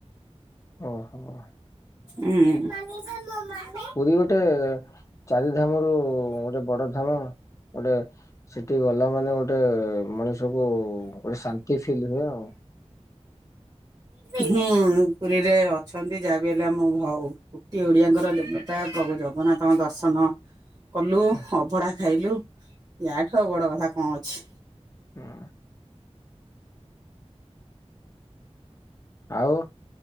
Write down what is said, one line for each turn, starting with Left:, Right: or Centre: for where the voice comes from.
Left: ଓହୋ
Right: ହୁଁ
Left: ପୁରୀ ଗୋଟେ ଚାରିଧାମରୁ ଗୋଟେ ବଡ ଧାମ ଗୋଟେ ସେଠି ଗଲା ମାନେ ଗୋଟେ ମଣିଷକୁ ଗୋଟେ ଶାନ୍ତି ଫିଲ୍ ହୁଏ ଆଉ।
Right: ହୁଁ ପୁରୀରେ ଅଛନ୍ତି ଯାବି ହେଲେ ଆମ ଭଉ କୋଟି ଓଡ଼ିଆଙ୍କର ଦେତା ପ୍ରଭୁ ଜଗନ୍ନାଥଙ୍କ ଦର୍ଶନ କଲୁ
Left: ହୁଁ
Right: ଅଭଢ଼ା ଖାଇଲୁ ୟାଠୁ ଆଉ ବଡ କଥା କଣ ଅଛି?
Left: ହୁଁ ଆଉ